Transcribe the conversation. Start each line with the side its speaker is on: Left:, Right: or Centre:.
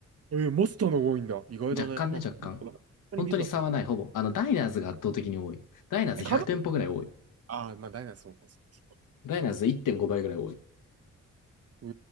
Right: えー、マスターの方が多いんだ。意外だね。
Left: 若干ね、
Right: なんか、
Left: 若干。
Right: 本当にビザだと思う。
Left: 本当に差はない、ほぼ。あの、ダイナーズが圧倒的に多い。ダイナーズ100店舗ぐらい多い。
Right: え、かぶるああー、まあ、ダイナそうか、そうか。
Left: ダイナーズ1.5倍ぐらい多い。
Right: う